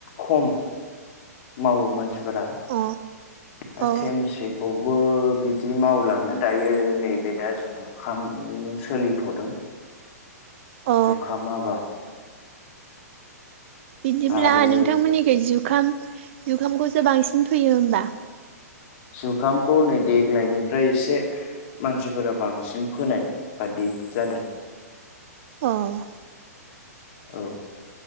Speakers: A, on the left; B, on the right.
A: खम मावो मानसि फोरा
B: अ
A: <unintelligible>
B: अ
A: खौबो बिदि मावलानो दायो नैबे दा जुग जुखाम सोलिथ'दों।
B: अ
A: जुखाम आबाद।
B: बिदिब्ला
A: आरो
B: नोंथांमोननिखै जुखाम जुखामखौसो बांसिन फोयो होमबा
A: जुखाम खौ नै देग्लायनिफ्राय एसे मानसिफोरा बांसिन फोनाय बादि जादों।
B: अह।
A: औ।